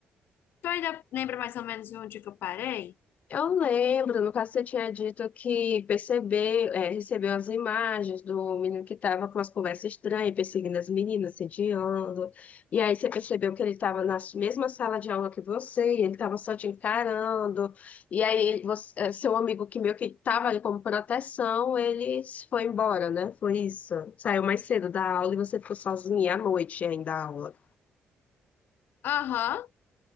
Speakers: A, on the left; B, on the left.
A: Tu ainda lembra mais ou menos onde que eu parei?
B: Eu lembro, no caso você tinha dito que percebeu, é, recebeu as imagens do menino que estava com as conversas estranhas, perseguindo as meninas, sediando. E aí você percebeu que ele estava na mesma sala de aula que você, e ele estava só te encarando. E aí você- é, seu amigo que meio que estava ali como proteção, ele se foi embora, né? Foi isso. Saiu mais cedo da aula e você ficou sozinha à noite ainda da aula.
A: Aham,